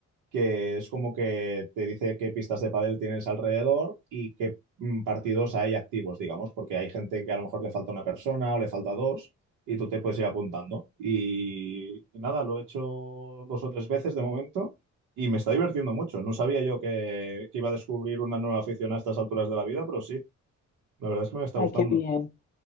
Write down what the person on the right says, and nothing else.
que es como que te dice qué pistas de pádel tienes alrededor y qué mm, partidos hay activos, digamos, porque hay gente que a lo mejor le falta una persona o le falta dos y tú te puedes ir apuntando. Y, y nada, lo he hecho dos o tres veces de momento y me está divirtiendo mucho. No sabía yo que, que iba a descubrir una nueva afición a estas alturas de la vida, pero sí, la verdad es que me está
gustando.